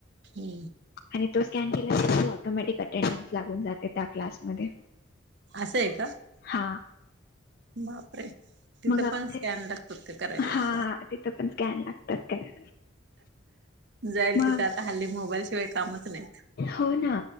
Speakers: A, on the right; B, on the left.
A: हम्म.
B: आणि तो स्कॅन केल्या ऑटोमॅटिक अटेडन्स लागून जाते त्या क्लासमध्ये.
A: असं आहे का
B: हा
A: बापरे. तिथं
B: मग आमचे
A: पण स्कॅन लागतात का करायला
B: हा
A: बाबा.
B: तिथं पण स्कॅन लागतात काय
A: जाईल
B: मग
A: तिथे आता हल्ली मोबाईल शिवाय कामच नाहीत.
B: हो ना